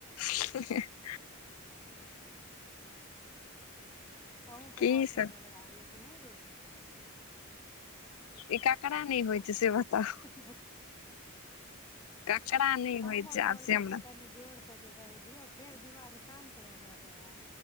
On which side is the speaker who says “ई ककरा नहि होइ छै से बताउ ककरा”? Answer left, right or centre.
Left